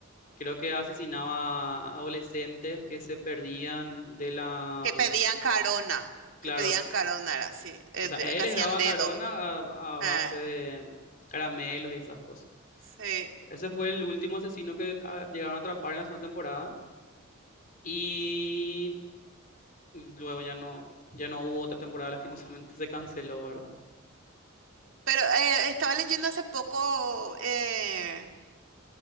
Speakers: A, on the left; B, on the right.
A: Creo que asesinaba a adolescentes que se perdían de la...
B: Que pedían carona,
A: Claro,
B: que pedían carona, era así, eh,
A: O sea,
B: de-
A: él
B: que hacían
A: les daba
B: dedo.
A: carona a,
B: Ah,
A: a base de caramelos y esas cosas.
B: sí.
A: Ese fue el último asesino que ah, llegaron a atrapar en la segunda temporada. Y luego ya no, ya no hubo otra temporada, <laughs> lastimosamente. Se canceló, ¿verdad?
B: Pero eh, estaba leyendo hace poco eh,